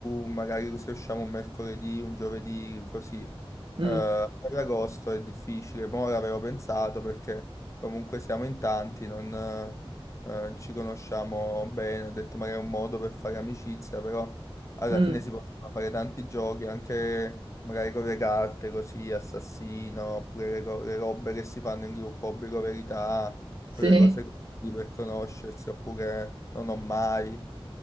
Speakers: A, on the left; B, on the right.
A: magari se usciamo un mercoledì, un giovedì, così. Eh, per
B: Mm,
A: agosto è difficile, ma ora avevo pensato perché comunque siamo in tanti, non eh, ci conosciamo bene, ho detto magari è un modo per fare amicizia, però alla
B: mm,
A: fine si possono fare tanti giochi, anche magari con le carte, così, assassino, oppure le, co- le robe che si fanno in gruppo, obbligo verità,
B: sì.
A: quelle cose così per conoscersi, oppure non ho mai,